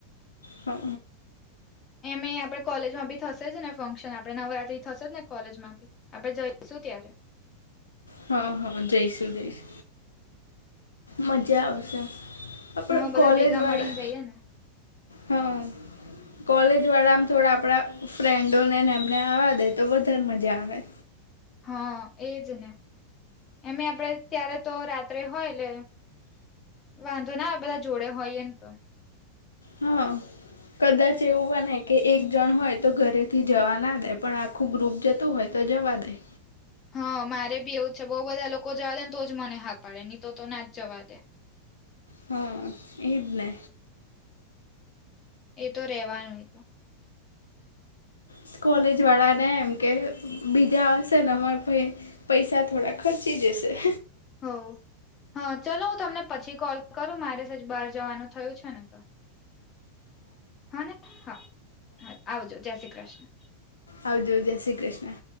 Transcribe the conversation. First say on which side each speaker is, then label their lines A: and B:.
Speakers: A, on the left (about 75°); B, on the left (about 25°).
A: હ હ.
B: એમ એ આ આપડે કોલેજમાં બી થશે જ ને ફંક્શન આપણે નવરાત્રી થશે જ ને કોલેજમાં બી આપણે જઈશું ત્યારે
A: હ હ જયશું જયશું મજા આવશે
B: હ
A: પણ
B: બધા
A: કોલેજવાળા
B: ભેગા મળીને જઈએ ને
A: હા કોલેજવાળા આમ થોડા આપણાં ફ્રેન્ડોને ને એમને આવા દે તો વધારે મજા આવે
B: હ એજ ને એમે આપડે ત્યારે તો રાત્રે હોય એટલે વાંધો ના બધા જોડે હોય એન તો
A: હ. કદાચ એવું બને કે એક જણ હોય તો ઘરેથી જવા ના દે પણ આખું ગ્રુપ જતું હોય ત જવા દેય
B: હ મારે બી એવું છે, બો બધા લોકો જવા દે ને તોજ મને હા પાડે ની તો તો ના જ જવા દે
A: હ એજને
B: એ તો રહેવાનું એતો
A: હ કોલેજવાળા ને એમ કે બીજા આવશે ને અમારા પહી પૈસા થોડા ખર્ચી જશે
B: હોવ હા ચલો હું તમને પછી કોલ કરું મારે બહાર જવાનું થયું છે, ને તો હા ને હા હા આવજો જય શ્રી કૃષ્ણ.
A: આવજો જય શ્રી કૃષ્ણ.